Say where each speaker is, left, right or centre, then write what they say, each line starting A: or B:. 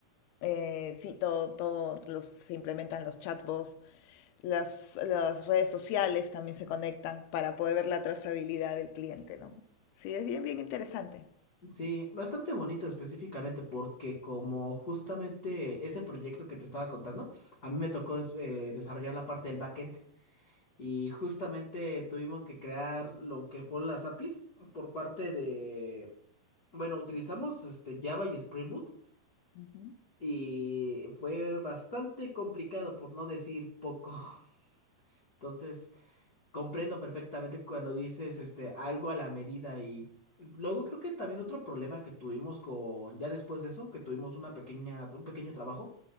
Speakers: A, on the left; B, on the left.
A: eh, sí, todo, todo, los, se implementan los chatbots. Las, las redes sociales también se conectan para poder ver la trazabilidad del cliente, ¿no? Sí, es bien, bien interesante.
B: Sí, bastante bonito específicamente porque como justamente ese proyecto que te estaba contando, a mí me tocó des- eh, desarrollar la parte del backend. Y justamente tuvimos que crear lo que fueron las APIs por parte de, bueno, utilizamos este Java y Spring Boot
A: Ujú.
B: y fue bastante complicado por no decir poco. <laughs> Entonces, Comprendo perfectamente cuando dices este algo a la medida y luego creo que también otro problema que tuvimos con ya después de eso, que tuvimos una pequeña un pequeño trabajo